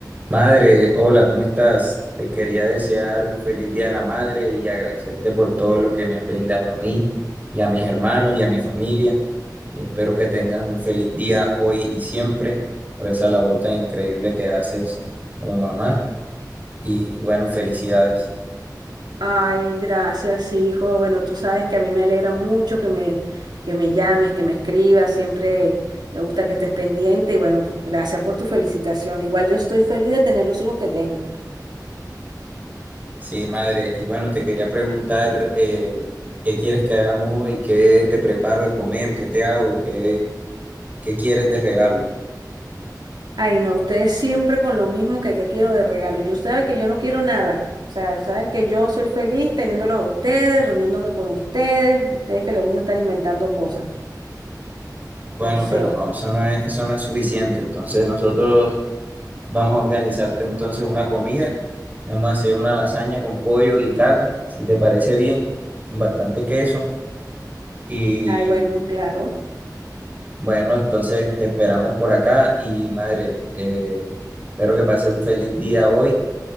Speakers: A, on the right; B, on the right.
A: Madre, hola, ¿cómo estás? Te quería desear un feliz Día de la Madre y agradecerte por todo lo que me has brindado a mí y a mis hermanos y a mi familia. Y espero que tengas un feliz día hoy y siempre por esa labor tan increíble que haces como mamá. Y bueno, felicidades.
B: Ay, gracias, hijo. Bueno, tú sabes que a mí me alegra mucho que me, que me llames, que me escribas. Siempre me gusta que estés pendiente. Y bueno, gracias por tu felicitación. Igual yo estoy feliz de tener los hijos que tengo.
A: Sí, madre. Y bueno, te quería preguntar eh, qué quieres que hagamos hoy, qué te preparo de comer, qué te hago, qué, qué quieres de regalo.
B: Ay, no, ustedes siempre con lo mismo que, que quiero de regalo. Yo saben que yo no quiero nada. O sea, saben que yo soy feliz teniéndolos a ustedes, reuniéndome con ustedes, ustedes que les gusta estar inventando cosas.
A: Bueno,
B: No
A: pero
B: sé.
A: no, eso no es, eso no es suficiente. Entonces nosotros Vamos a organizarte entonces una comida. Vamos a hacer una lasaña con pollo y carne, si te parece bien, con bastante queso. Y
B: Ay, bueno, claro.
A: bueno, entonces te esperamos por acá y madre, eh, espero que pases un feliz día hoy.